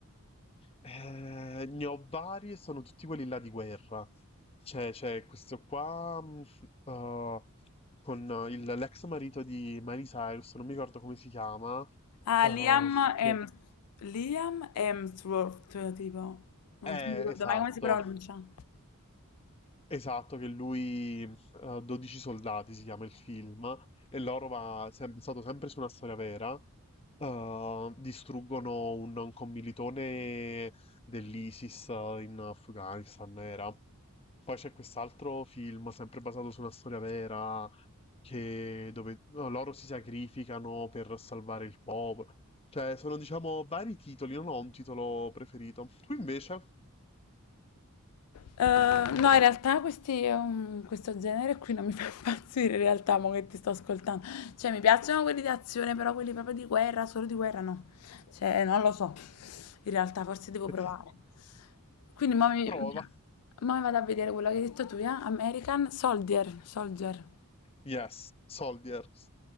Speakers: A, on the left; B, on the left.
A: Eh, ne ho vari, e sono tutti quelli là di guerra. C'è c'è questo qua mh, eh, con eh, il- l'ex marito di Miley Cyrus, non mi ricordo come si chiama.
B: Ah,
A: eh,
B: Liam
A: che-
B: Hem- Liam Hemsworth, tipo. Non
A: Eh,
B: mi ricordo
A: esatto.
B: mai come si pronuncia.
A: Esatto, che lui, eh, 12 soldati si chiama il film, e loro va sem- stato sempre su una storia vera. eh, distruggono un, un commilitone dell'ISIS eh, in Afghanistan, era. Poi c'è quest'altro film, sempre basato su una storia vera, che dove no, loro si sacrificano per salvare il popolo. Cioè, sono, diciamo, vari titoli, non ho un titolo preferito. Tu invece,
B: Eh, no, in realtà questi, um, questo genere qui non mi fa impazzire, in realtà, mo che ti sto ascoltando. Cioè, mi piacciono quelli di azione, però quelli proprio di guerra, solo di guerra no. Cioè, non lo so. In realtà, forse devo
A: <laughs>
B: provare. Quindi, mo mi,
A: prova.
B: mi- mo mi vado a vedere quello che hai detto tu, eh? American Soldier, Soldier.
A: Yes, Soldiers.